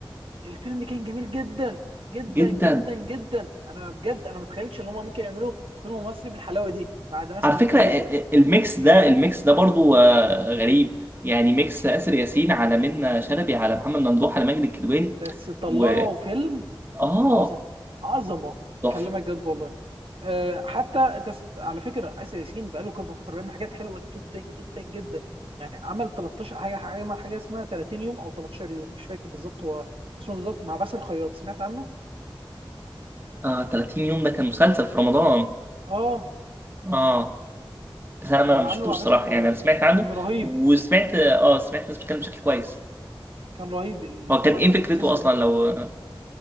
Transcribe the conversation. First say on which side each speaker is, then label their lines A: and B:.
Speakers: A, on the right; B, on the right.
A: الفيلم كان جميل جدا جدا
B: جدا
A: جدا جدا انا بجد انا ما اتخيلتش ان هم ممكن يعملوا فيلم مصري بالحلاوه دي بعد مثلا
B: على
A: الفيل
B: فكره
A: الازرق
B: آه، آه، الميكس ده
A: فاهمني
B: الميكس ده برضو آه، غريب يعني ميكس آسر ياسين على منة شلبي على محمد ممدوح على ماجد الكدواني
A: بس طلعوا
B: و
A: فيلم
B: اه
A: عظمه عظمه
B: تحفه
A: كلمك جد والله أه حتى تس... على فكره اسر ياسين بقاله كذا فتره بيعمل حاجات حلوه جدا جدا جدا يعني عمل 13 حاجه حاجه عمل حاجه اسمها 30 يوم او 13 يوم مش فاكر بالظبط هو اسمه بالظبط مع باسل الخياط سمعت عنه
B: اه 30 يوم ده كان مسلسل في رمضان
A: اه
B: اه بس انا
A: كان
B: ما ما
A: عامله
B: شفتوش
A: مع
B: صراحه
A: باسل الخياط
B: يعني انا سمعت عنه
A: كان رهيب
B: وسمعت اه سمعت ناس بتتكلم بشكل كويس
A: كان رهيب المسلسل
B: هو كان ايه فكرته
A: ده المسلسل
B: اصلا لو